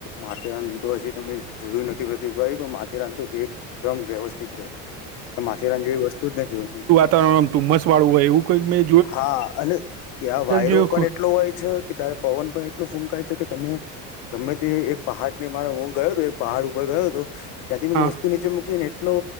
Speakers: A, on the left (about 65°); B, on the right (about 50°).
A: માથેરાન તો હજી તમે જોયું નથી પ્રતિકભાઈ પણ માથેરાન તો એક એકદમ વ્યવસ્થિત રહે છે માથેરાન જેવી વસ્તુ જ નથી હોતી
B: ત ધુમસ વાળું હોય એવું કઈક મે
A: હા અને ત્યાં વાયરો
B: જોયું
A: પણ એટલો હોય છ કે ત્યારે પવન પણ એટલું ફૂંકાય છે કે તમે ગમે તે એક પહાડની મારો હું ગયો હતો એક પહાડ ઉપર ગયો હતો. ત્યાંથી મેં
B: હા
A: વસ્તુ નીચે મૂકી ને એટલો